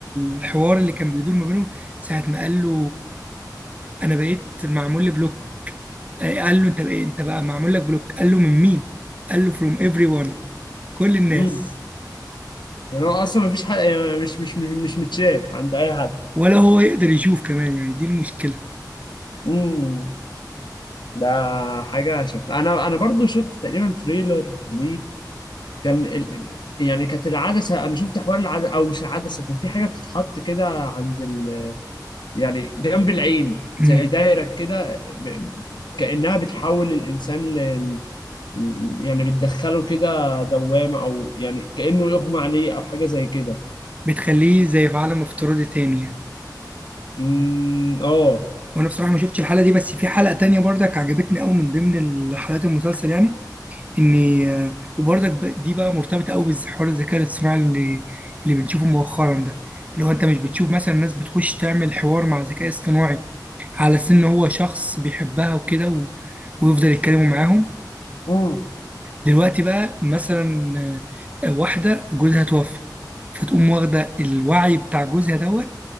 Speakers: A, on the right (about 20°); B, on the left (about 85°).
A: الحوار اللي كان بيدور ما بينهم ساعه ما قال له انا بقيت معمول لي بلوك آه، قال له انت بقى انت بقى معمول لك بلوك قال له من مين قال له فروم ايفري ون كل الناس
B: امم يعني هو اصلا ما فيش حد يعني مش مش مش مش متشاف عند اي حد
A: ولا هو يقدر يشوف كمان يعني دي المشكله
B: امم ده حاجة شكلها أنا أنا برضو شفت تقريبا تريلر ليه كان ال... يعني كانت العدسة أنا شفت حوار العدسة أو مش العدسة كان في حاجة بتتحط كده عند ال... يعني جنب العين زي
A: امم
B: دايرة كده ب... كأنها بتحول الإنسان لل... يعني بتدخله كده دوامة أو يعني كأنه يغمى عليه أو حاجة زي كده
A: بتخليه زي في عالم افتراضي تاني يعني
B: أمم، آه
A: وانا بصراحه ما شفتش الحلقه دي بس في حلقه تانية برضك عجبتني قوي من ضمن حلقات المسلسل يعني ان آه، وبرضك ب- دي بقى مرتبطه قوي بحوار الذكاء الاصطناعي اللي اللي بنشوفه مؤخرا ده اللي هو انت مش بتشوف مثلا ناس بتخش تعمل حوار مع ذكاء اصطناعي على أساس إن هو شخص بيحبها وكده و... ويفضل يتكلموا معاهم
B: امم
A: دلوقتي بقى مثلا آه، واحدة جوزها توفى فتقوم واخدة الوعي بتاع جوزها دوت